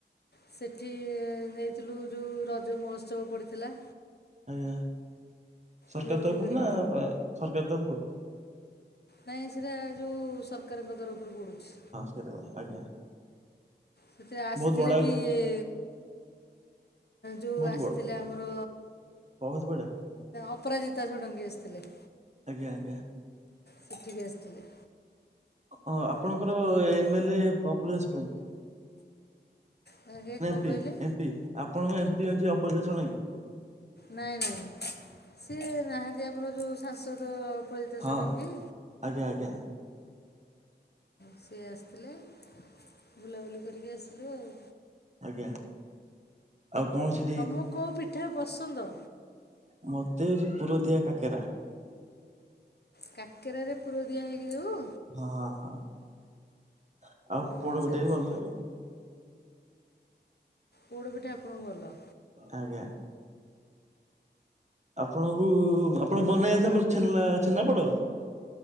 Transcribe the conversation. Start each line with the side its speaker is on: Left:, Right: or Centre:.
Left: ସେଠି ନେଇଥିଲୁ ଯେଉ ରଜ ମହୋତ୍ସବ ପଡ଼ିଥିଲା।
Right: ଆଜ୍ଞା ସରକାର
Left: ବୁଲାବୁଲି
Right: ତରଫରୁ
Left: କରି
Right: ନା ପା-ସରକାର ତରଫରୁ?
Left: ନାଇଁ ସେଟା ଯୋଉ ସରକାରଙ୍କ ତରଫରୁ ପଡୁଛି।
Right: <unintelligible> ଆଜ୍ଞା।
Left: ସେଥିରେ ଆସିଥିଲେ
Right: ବହୁତ ବଡ ଆଜ୍ଞା
Left: ବି ଇଏ ଯେଉଁ
Right: ବହୁତ
Left: ଆସିଥିଲେ
Right: ବଡ
Left: ଆମର
Right: ବହୁତ ବଡ
Left: ଅପରାଜିତା ଷଡ଼ଙ୍ଗୀ ଆସିଥିଲେ।
Right: ଆଜ୍ଞା ଆଜ୍ଞା।
Left: <inaudible> ସେଠିକି ଆସିଥିଲେ।
Right: ହଁ ଆପଣଙ୍କର ଏମ ଏଲ ଏ <unintelligible>
Left: ତାଙ୍କେ କ'ଣ
Right: ଏମ୍ ପି-ଏମ୍
Left: କହିଲେ
Right: ପି ଆପଣଙ୍କ ଏମ୍ ପି ଅଛି ଅପରାଜିତା ଷଡ଼ଙ୍ଗୀ?
Left: ନାଇଁ ନାଇଁ ସିଏ ନାହାନ୍ତି ଆମର ଯୋଉ ସାଂସଦ ଅପରାଜିତା
Right: ହଁ
Left: ଷଡଙ୍ଗୀ।
Right: ଆଜ୍ଞା ଆଜ୍ଞା।
Left: ସିଏ ଆସିଥିଲେ, ବୁଲାବୁଲି କରିକି ଆସିଲୁ ଆଉ।
Right: ଆଜ୍ଞା। ଆଉ କଣ ସି
Left: ତମକୁ କୋଉ ପିଠା ପସନ୍ଦ?
Right: ମତେ ହଉଛି ପୁରଦିଆ କାକେରା।
Left: କାକେରା ରେ ପୁର ଦିଆ ହୋଇକି ଯୋଉ?
Right: ହଁ ହଁ ଅ ଆଉ ପୋଡପିଠା
Left: ଆଚ୍ଛା ଆଚ୍ଛା
Right: ବି ଭଲ ଲାଗେ।
Left: ପୋଡ଼ ପିଠା ଆପଣ ଙ୍କୁ ଭଲ?
Right: ଆଜ୍ଞା। ଆପଣଙ୍କୁ ଆପଣ ବନେଇ ଆସେ ଆମ ଛେନା ଛେନାପୋଡ?